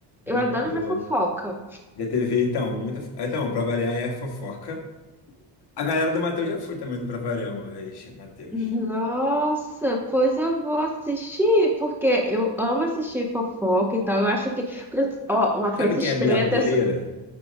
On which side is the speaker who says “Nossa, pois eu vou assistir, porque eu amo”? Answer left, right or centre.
Centre